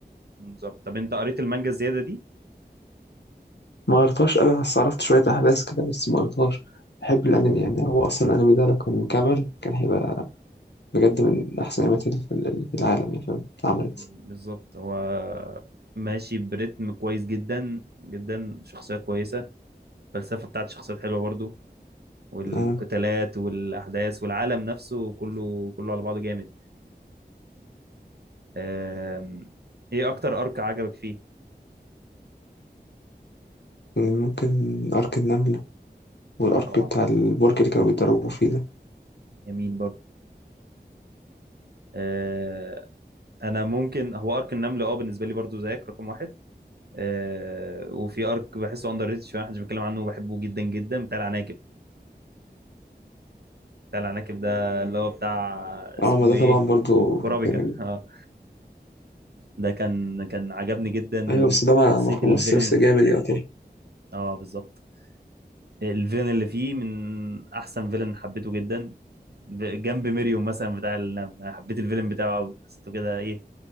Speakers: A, on the right; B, on the left.
A: بالظبط طب انت قريت المانجا الزياده دي
B: ما قريتهاش قوي بس عرفت شوية احداث كده بس ما قريتهاش بحب الانمي يعني هو اصلا الانمي ده لو كان كمل كان هيبقى بجد من احسن الانميات اللي في اللي في العالم يعني فاهم اتعملت
A: مم، بالظبط هو ماشي بريتم كويس جدا جدا شخصيات كويسه الفلسفه بتاعت الشخصيات حلوه برضو والقتالات
B: آه.
A: والاحداث والعالم نفسه كله كله على بعضه جامد آم، ايه اكتر ارك عجبك فيه
B: ممكن أرك النملة والأرك
A: اه طبعا
B: بتاع البرج اللي كانوا بيتدربوا فيه ده
A: جميل برضه آه، انا ممكن هو ارك النمل اه بالنسبه لي برضه زيك رقم واحد آه، وفي ارك بحسه اندر ريتد شويه محدش بيتكلم عنه وبحبه جدا جدا بتاع العناكب بتاع العناكب ده اللي هو بتاع اسمه
B: اه ما ده
A: ايه
B: طبعا برضو
A: ورابيكا
B: جامد
A: اه ده كان كان عجبني جدا
B: أيوة
A: و-
B: بس ده
A: وشخصيه
B: ما ما خلصش
A: الفيلن
B: بس جامد يا طبعا
A: اه بالظبط الفيلن اللي فيه من احسن فيلن حبيته جدا ب- جنب ميريوم مثلا بتاع النمل انا حبيت الفيلن بتاعه قوي حسيته كده ايه